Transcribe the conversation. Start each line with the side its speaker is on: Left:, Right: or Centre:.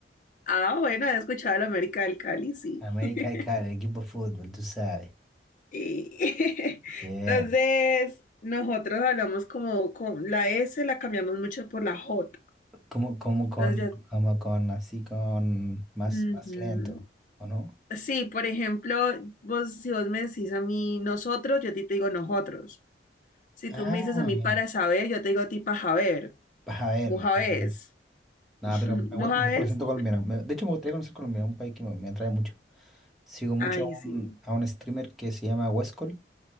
Left: Ah, bueno, he escuchado la América del Cali, sí.
Centre: América
Left: <laughs>
Centre: y claro, el equipo de fútbol, tú sabes.
Left: Sí. <laughs>
Centre: Bien.
Left: Entonces, nosotros hablamos como con la S, la cambiamos mucho por la
Centre: C-
Left: J.
Centre: Como, como con,
Left: Entonces, ya-
Centre: como con, así con más,
Left: Ujú.
Centre: más lento, ¿o no?
Left: Sí, por ejemplo, vos, si vos me decís a mí nosotros, yo a ti te digo nosotros. Si
Centre: Ah,
Left: tú me dices a mí
Centre: ya.
Left: para saber, yo te digo a ti para saber.
Centre: Vas a ver,
Left: Vos sabés.
Centre: vas a ver. Nada,
Left: <laughs>
Centre: pero me
Left: ¿Vos
Centre: gusta,
Left: sabés?
Centre: me gusta el acento colombiano. Me- de hecho, me gustaría conocer Colombia, un país que me, me atrae mucho. Sigo mucho
Left: Ay,
Centre: a un,
Left: sí.
Centre: a un streamer que se llama Westcol.